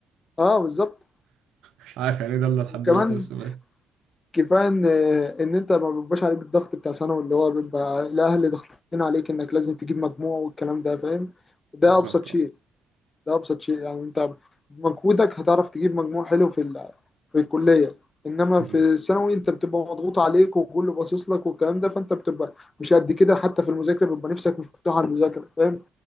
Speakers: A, on the left (about 35°); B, on the right (about 80°).
A: اه بالظبط
B: مش عارف يعني ايه دالة لحد
A: وكمان
B: دلوقتي بس ماشي
A: كفايه ان ان انت ما بيبقاش عليك الضغط بتاع ثانوي اللي هو بيبقى الاهل ضاغطين عليك انك لازم تجيب مجموع والكلام ده فاهم ده
B: بالظبط
A: ابسط شيء
B: آه.
A: ده ابسط شيء يعني انت بمجهودك هتعرف تجيب مجموع حلو في ال... في الكليه انما
B: مم.
A: في الثانوي انت بتبقى مضغوط عليك وكله باصص لك والكلام ده فانت بتبقى مش قد كده حتى في المذاكره بيبقى نفسك مش مفتوح على المذاكره فاهم